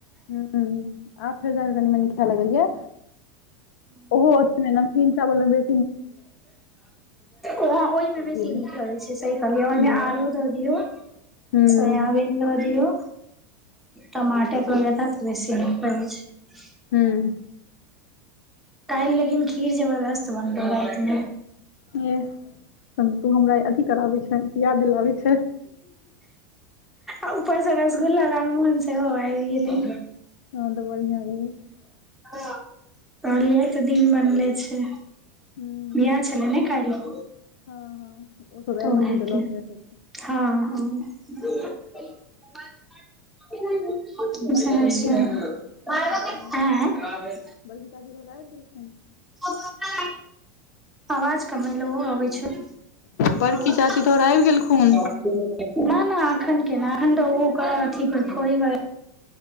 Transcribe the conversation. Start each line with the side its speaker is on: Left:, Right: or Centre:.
Left: हुं आब फेर जा के कनी मनी खाय लगलियै ओहो ओतनी मे हिनका भेलैन जे
Centre: ओ ओहिमे
Left: सब्जी
Centre: बेसी
Left: मे
Centre: नीक लगैत छै से कहलियै ओहिमे
Left: हूँ
Centre: आलू द दियौ
Left: हूँ
Centre: सोयाबीन द दियौ टमाटर काटिके राखि लै छियै आ द दै छियै।
Left: हुं।
Centre: काल्हि लेकिन खीर जबरदस्त बनलै राति मे।
Left: यै कनि हमरा अथि कर अबै छै, पिया दिय अबै छै
Centre: आ ऊपरसँ रसगुल्ला लाल मोहन सेहो आबि गेलै।
Left: हं त बढ़िआ रहै
Centre: हं कहलियै आइ त दिन बनले छै।
Left: हूँ
Centre: बियाह छलै ने काल्हि।
Left: हँ हँ ओ सब आयल
Centre: तऽ ओहे
Left: हेथिन त
Centre: के
Left: ल क एतै।
Centre: हँ हँ <unintelligible> सहरसा
Left: आबि गेलखिन
Centre: ऐं
Left: काकी तोहर
Centre: <unintelligible>
Left: बड़की <inaudible>
Centre: <unintelligible> आवाज कम एलौ आबे छो <unintelligible>
Left: बड़की चाची तोहर आबि गेलखुन
Centre: ना-ना अखन केना अखन त उ ओकर अथी भरफोरी वला